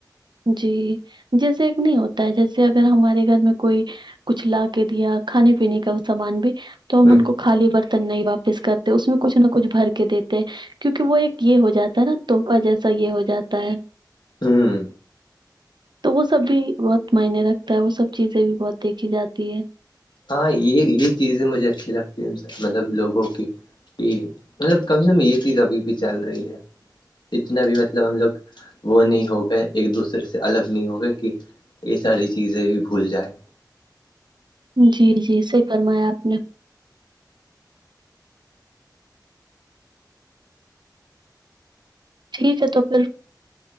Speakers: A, on the right; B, on the left.
A: جی جیسے ایک نہیں ہوتا ہے جیسے اگر ہمارے گھر میں کوئی کچھ لا کے دیا کھانے پینے کا سامان بھی تو ہم
B: ہ
A: ان کو خالی برتن نہیں واپس کرتے اس میں کچھ نہ کچھ بھر کے دیتے کیونکہ وہ ایک یہ ہو جاتا ہے نا تحفہ جیسا یہ ہو جاتا ہے
B: ہوں
A: تو وہ سب بھی بہت معنی رکھتا ہے وہ سب چیزیں بھی بہت دیکھی جاتی ہے
B: ہاں یہ یہ چیزیں مجھے اچھی لگتی ہے مطلب لوگوں کی کہ مطلب کم سے کم یہ چیز ابھی بھی چل رہی ہے جتنا بھی مطلب ہم لوگ وہ نہیں ہو گئے ایک دوسرے سے الگ نہیں ہو گئے کہ یہ ساری چیزیں بھی بھول جائیں
A: جی جی صحیح فرمایا آپ نے ٹھیک ہے تو پھر